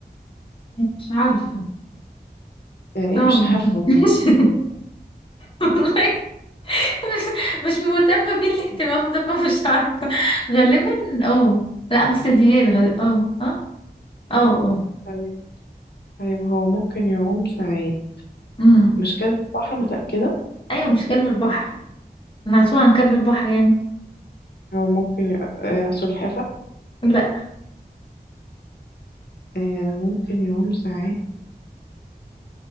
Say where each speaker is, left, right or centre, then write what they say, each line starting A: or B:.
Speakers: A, on the left; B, on the left.
A: مش عارفة
B: يعني
A: طبعا
B: مش عارفة
A: <laughs>
B: ما
A: مش
B: أنا بالكبير
A: والله مش مش مهتمة بيه الاهتمام ده فمش عارفة غالبا اه لا مستديات غالبا اه اه اه اه
B: طيب طيب هو ممكن يعوم ساعات
A: امم
B: مش كلب بحر متأكدة
A: ايوه مش كلب البحر انا هتوه عن كلب البحر يعني
B: هو ممكن ي... آه سلحفة
A: لا
B: آه ممكن يعوم ساعات